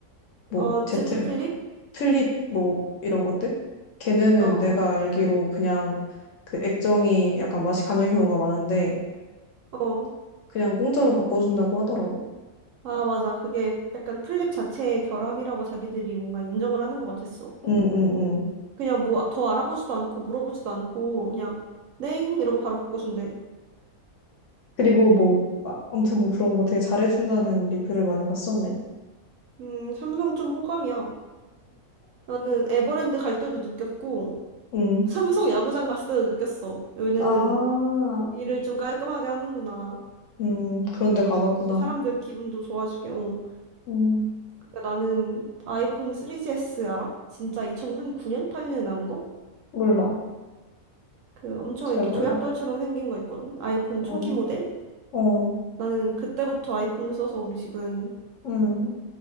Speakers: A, on the left; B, on the right.
A: 뭐,
B: 어,
A: Z
B: 제트 플립?
A: 플립, 뭐, 이런 것들? 걔네는
B: 어, 어,
A: 내가 알기로 그냥 그 액정이 약간 맛이 가는 경우가 많은데,
B: 어.
A: 그냥 공짜로 바꿔준다고 하더라고.
B: 아, 맞아. 그게 약간 플립 자체의 결함이라고 자기들이 뭔가 인정을 하는 것 같았어.
A: 응, 응, 응.
B: 그냥 뭐 더 알아보지도 않고 물어보지도 않고 그냥 냉 이러고 바로 바꿔준대.
A: 그리고 뭐, 아, 아무튼 뭐 그런 거 되게 잘해준다는 리뷰를 많이 봤었네.
B: 음, 삼성 좀 호감이야. 나는 에버랜드 갈 때도 느꼈고
A: 응.
B: 삼성 야구장 갔을 때도 느꼈어. 얘네는
A: 아.
B: 일을 좀 깔끔하게 하는구나.
A: 음, 그런데 가봤구나.
B: 좀 사람들 기분도 좋아지게. 어.
A: 음,
B: 근데 나는 아이폰 3GS 알아? 진짜 2009년? 8년에 나온 거?
A: 몰라.
B: 그 엄청
A: 잘
B: 이렇게
A: 몰라.
B: 조약돌처럼 생긴 거 있거든? 아이폰 초기
A: 어,
B: 모델?
A: 어,
B: 나는 그때부터 아이폰을 써서 우리 집은
A: 음,